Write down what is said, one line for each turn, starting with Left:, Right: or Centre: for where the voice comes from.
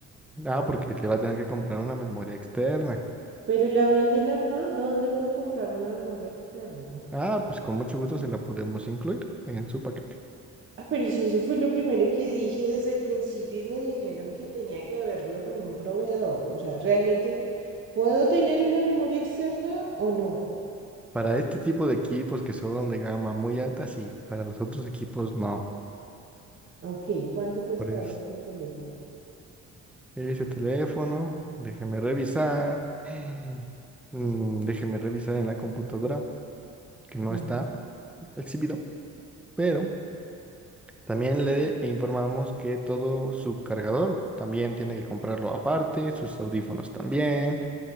Centre: Ah, porque le va a tener que comprar una memoria externa.
Right: Pero la venden acá, ¿dónde puedo comprar una memoria externa?
Centre: Ah, pues con mucho gusto se la podemos incluir en su paquete.
Right: Ah, pero si eso fue lo primero que dije desde el principio y me dijeron que tenía que verlo con un proveedor. O sea, ¿realmente puedo tener una memoria externa o no?
Centre: Para este tipo de equipos que son de gama muy alta, sí. Para los otros equipos, no.
Right: Ok, ¿cuánto cuesta
Centre: Por eso,
Right: este teléfono?
Centre: ese teléfono, déjeme revisar. <gasps> <sighs> Mm, déjeme revisar en la computadora, que no
Right: Ujú.
Centre: está exhibido. Pero también le informamos que todo su cargador también tiene que comprarlo aparte, sus audífonos también.